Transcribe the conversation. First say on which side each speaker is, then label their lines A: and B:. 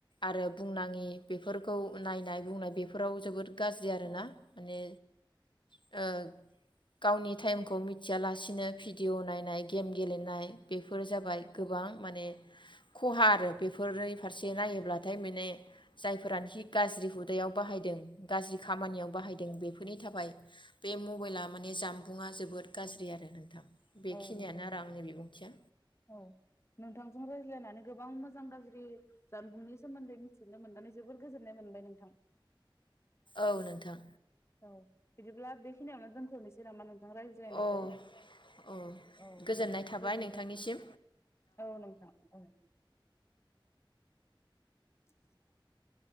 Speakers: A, on the left; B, on the left.
A: आरो बुंनाङि बे फोरखौ नायनाय बुंनाय बेफोराव जोबोद गाज्रि आरोना
B: औ
A: माने ओ गावनि टाइम खौ मिथियालासिनो भिडिअ नायनाय गेम गेलेनाय बेफोर जाबाय गोबां
B: औ
A: माने खहा आरो बेफोरनि फारसे नायोब्लाथाय माने जायफोरानोखि गाज्रि हुदायाव बाहायदों गाज्रि खामानियाव बाहायदों बे नि थाबाय बे मबाइला माने जामबुंङा जोबोद गाज्रि आरो नोंथां। बेखिनियानो
B: औ नोंथां
A: आरो
B: औ
A: आंनि बिबुंथिया
B: औ नोंथांजों राय ज्लायनानै गोबां मोजां गाज्रि जानबुंनि सोमोन्दै मिथिनो मोननानै जोबोर गोजोननाय मोनबाय नोंथां।
A: औ नोंथां।
B: औ बिदिब्ला बेखिनियावनो दोनथ'नोसै नामा रायज्लायनायखौ
A: अ औ
B: औ
A: गोजोननाय
B: नोंथां
A: थाबाय
B: गोजोनथों।
A: नोंथांनिसिम
B: औ नोंथां औ। <inaudible>